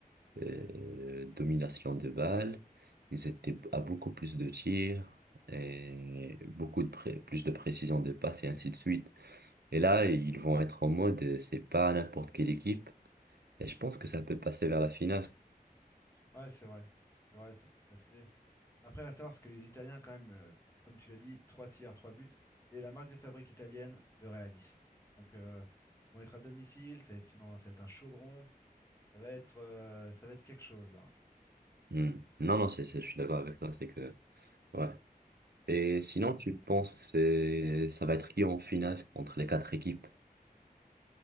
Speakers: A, on the right; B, on the left.
A: euh, domination de balles. Ils étaient à beaucoup plus de tirs et beaucoup de pré- plus de précision de passe et ainsi de suite. Et là, ils vont être en mode, euh, c'est pas n'importe quelle équipe. Et je pense que ça peut passer vers la finale.
B: Ouais c'est vrai. C'est vrai, ça peut passer. Après, il va savoir ce que les Italiens, quand même, euh, c'est comme tu l'as dit, trois tiers, trois buts. C'est la marque de fabrique italienne, le réalisme. Donc, euh, ils vont être à domicile, ça va être une, ça va être un chaudron, ça va être, euh, ça va être quelque chose là.
A: Hmm. Non, non, c'est, c'est- je suis d'accord avec toi. C'est que, ouais. Et
B: Ouais.
A: sinon, tu penses, c'est, ça va être qui en finale entre les quatre équipes?